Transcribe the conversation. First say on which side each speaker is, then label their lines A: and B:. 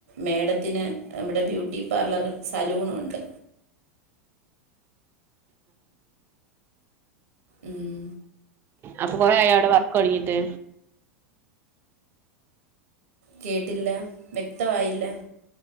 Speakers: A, on the right (about 75°); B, on the right (about 30°).
A: മേടത്തിന് മ്മടെ ബ്യൂട്ടി പാർളറ് സലൂണുണ്ട് ഉം
B: അപ്പൊ കൊറേ ആയവിടെ വർക്കൊടങ്ങീട്ട്
A: കേട്ടില്ല വ്യക്തവായില്ല